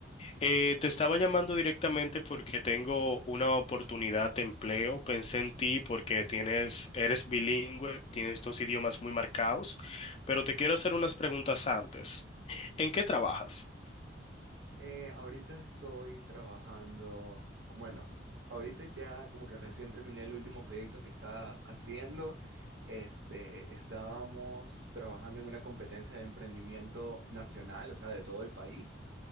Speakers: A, on the left (about 30°); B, on the right (about 65°).
A: Eh, te estaba llamando directamente porque tengo una oportunidad de empleo. Pensé en ti porque tienes, eres bilingüe, tienes dos idiomas muy marcados, pero te quiero hacer unas preguntas antes. ¿En qué trabajas?
B: Eh, ahorita estoy trabajando, bueno, ahorita ya como que recién terminé el último proyecto que estaba haciendo. Este, estábamos trabajando en una competencia de emprendimiento nacional, o sea, de todo el país,